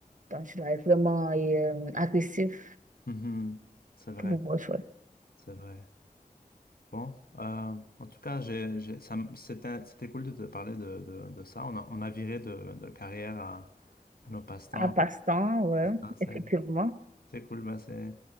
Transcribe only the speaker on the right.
Donc, tu dois être vraiment euh, agressif
pour pouvoir jouer.
À passe-temps, ouais,
effectivement.